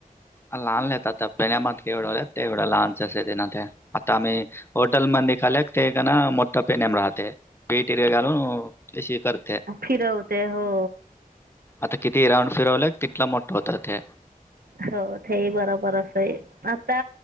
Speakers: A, on the left (about 15°); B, on the right (about 85°).
A: लहानले आहेत आता पण्या मे एवढं आहेत ते एवढं लहानच आहे ना ते आता आम्ही होटलमध्ये खाल्या ते का ना मोठा पेनेम राहते पीटर घालून अ करते.
B: फिरवते हो.
A: आता किती राऊंड फिरवलं. तिथला मोठं होतात हे.
B: हो, तेही बरोबर अस आहे. आता